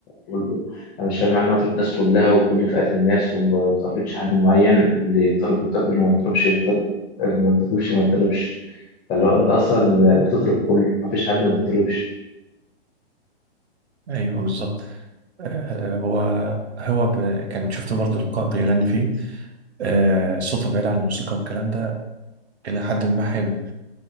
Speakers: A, on the left; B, on the right.
A: بقول له انا مش فارق معايا ان انا اطرب الناس كلها وكل فئات الناس وما بتارجتش حد معين اللي يضطرب يضطرب اللي ما يضطربش يضطرب اللي ما يضطربش ما يضطربش فاللي هو انت اصلا بتطرب كله ما فيش حد ما بيضطربش
B: ايوه بالظبط آه، هو هو ب... كان شفت برضه لقاء بيغني فيه آه، صوته بعيد عن الموسيقى والكلام ده إلى حد ما حلو